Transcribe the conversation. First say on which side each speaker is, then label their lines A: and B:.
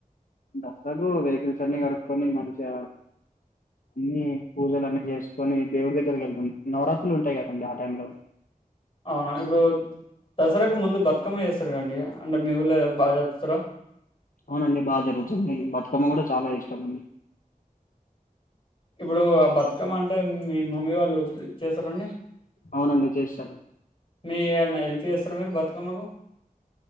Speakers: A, on the left; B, on the left.
A: దసరాకు వెహికల్స్ అన్నీ కడుక్కొని మంచిగా అన్నీ పూజలన్నీ చేసుకొని దేవుడి దగ్గరికి వెళ్తాం నవరాత్రులు ఉంటాయి కదండి ఆ టైం లో
B: అవునా బ్రో దసరాకు ముందు బక్ బతుకమ్మ చేస్తారు కదండి అంటే మీ ఊళ్ళో బాగా జరుపుతారా
A: అవునండి బాగా జరుగుతుంది బతుకమ్మ గూడా చాలా ఇష్టం
B: ఇప్పుడు ఆ బతుకమ్మ అంటే మీ మమ్మీ వాళ్ళు చేస్తారండి
A: అవునండి చేస్తారు
B: మీ ఏమన్నా హెల్ప్ చేస్తారా మీరు బతుకమ్మకు